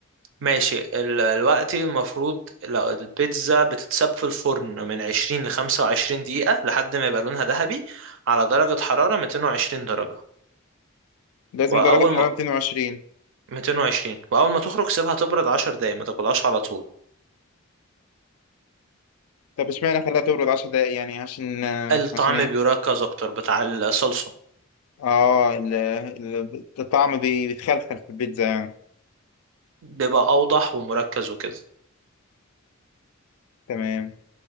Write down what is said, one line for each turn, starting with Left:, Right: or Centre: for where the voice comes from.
Right: ماشي ال- الوقت المفروض لو البيتزا بتتساب في الفرن من 20 ل 25 دقيقة لحد ما يبقى لونها ذهبي على درجة حرارة 220 درجة
Left: لازم
Right: وأول
Left: درجة حرارة
Right: ما
Left: 220
Right: 220 وأول ما تخرج سيبها تبرد 10 دقايق ما تاكلهاش على طول
Left: طب اشمعنى خلاها تبرد 10 دقايق يعني عشان آه،
Right: الطعم
Left: عشان ايه
Right: بيركز أكتر بتاع الصلصة
Left: اه ال- ال- الطعم بي- بيتخلخل في البيتزا يعني
Right: بيبقى أوضح ومركز وكده
Left: تمام